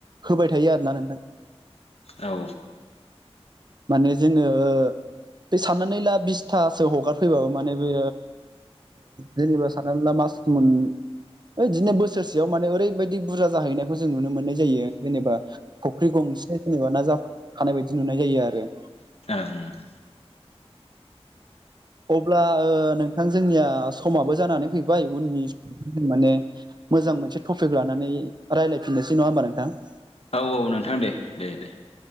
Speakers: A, on the right; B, on the left.
A: होबाय थायो आरोना नोंथां
B: औ
A: माने जोङो बे साननानै ला बिसथासो हगारफैबाबो माने बे जेनेबा साननानै ला मास मोनसेयाव बिदिनो बोसोर ससेयाव माने ओरैबायदि बुरजा जाहैनायखौ जों नुनो मोननाय जायो जेनेबा फुख्रि गंसे जेनेबा ना जानाय बायदि नुनाय जायो आरो
B: <unintelligible>
A: अब्ला नोंथां जोंनिया समाबो जानानै फैबाय उननि जों माने मोजां मोनसे टपिक लानानै रायलायफिननोसै नङा होमबा नोंथां
B: औ औ नोंथां दे दे दे